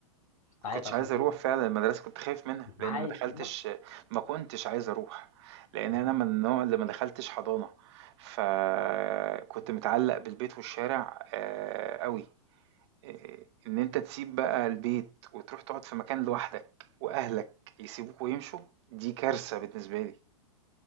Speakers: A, on the right; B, on the left.
A: ما
B: تعيط
A: كنتش
B: عشان
A: عايز
B: تروح
A: أروح فعلًا المدرسة كنت خايف منها،
B: مش
A: لإن
B: عايز
A: ما دخلتش
B: تروح
A: ما كنتش عايز أروح، لإن
B: آه،
A: أنا من النوع اللي ما دخلتش حضانة، فكنت متعلق بالبيت والشارع آآ أوي، آآ إن أنت تسيب بقى البيت وتروح تقعد في مكان لوحدك وأهلك يسيبوك ويمشوا، دي كارثة بالنسبة لي،